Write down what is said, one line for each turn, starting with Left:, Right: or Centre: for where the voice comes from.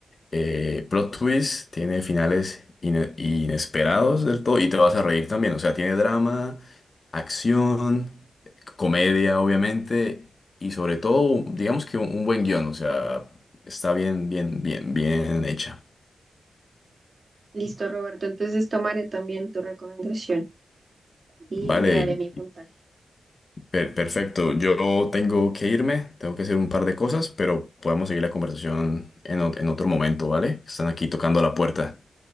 Left: eh, plot twists, tiene finales ine- inesperados del todo y te vas a reír también, o sea, tiene drama, acción, comedia, obviamente, y sobre todo, digamos que un, un buen guión, o sea, está bien, bien, bien, bien hecha,
Right: Listo, Roberto. Entonces tomaré también tu recomendación y
Left: ¿vale?
Right: le daré mi puntaje.
Left: Per- perfecto, yo tengo que irme, tengo que hacer un par de cosas, pero podemos seguir la conversación en, ot- en otro momento, ¿vale? Están aquí tocando la puerta.